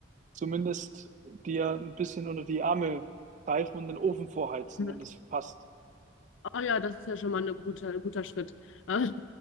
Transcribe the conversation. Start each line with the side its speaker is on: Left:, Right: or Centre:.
Right: zumindest dir ein bisschen unter die Arme greifen und den Ofen vorheizen,
Left: Mhm.
Right: wenn das passt.
Left: Oh ja, das ist ja schon mal eine gute, ein guter Schritt. <laughs> Ähm,